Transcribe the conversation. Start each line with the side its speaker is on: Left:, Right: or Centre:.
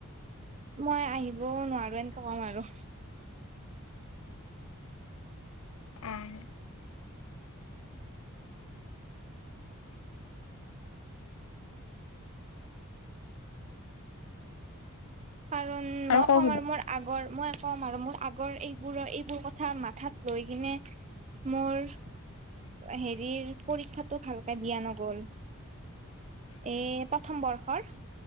Right: মই আহিবও নোৱাৰো এনেকে কম আৰু।
Left: উম।
Right: কাৰণ মই
Left: ক
Right: ক'ম
Left: কিবা
Right: আৰু মোৰ আগৰ মই কম আৰু মোৰ আ- আগৰ এইবোৰ এইবোৰ কথা মাথাত লৈ কিনে মোৰ- হেৰিৰ পৰীক্ষাতটো ভালকে দিয়া নগ'ল। এ প্ৰথম বৰ্ষৰ।